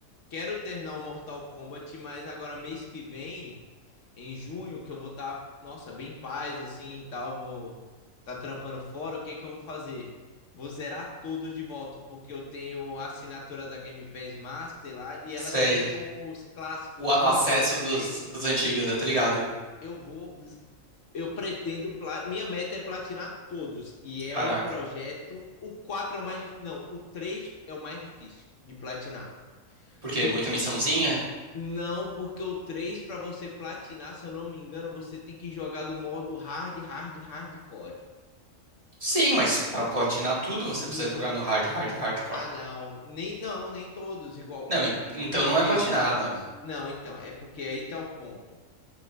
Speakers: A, on the left (about 65°); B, on the right (about 25°).
A: Quero terminar o Mortal Kombat, mas agora mês que vem, em junho, que eu vou estar, nossa, bem em paz, assim, e tal, vou tá trampando fora, o que que eu vou fazer? Vou zerar todos de volta, porque eu tenho a assinatura da Game Pass Master lá, e ela
B: Sei.
A: tem os clássicos,
B: O a-
A: um,
B: acesso
A: dois, três.
B: dos, dos antigos, eu tô ligado.
A: Eu vou eu pretendo. Minha meta é platinar todos. E é
B: Caraca.
A: um projeto. O 4 é o mais difícil. Não, o 3 é o mais difícil de platinar.
B: Por quê?
A: Por-
B: Muita missãozinha?
A: Não, porque o 3 para você platinar, se eu não me engano, você tem que jogar do modo hard, hard, hardcore.
B: Sim, mas pra platinar tudo, você
A: Hum,
B: precisa jogar no hard, hard, hardcore.
A: ah, não. Nem, não, nem todos igual.
B: Não, en- então
A: Por
B: não
A: quê?
B: é platinar, mano.
A: Não, então, é porque aí tá o ponto.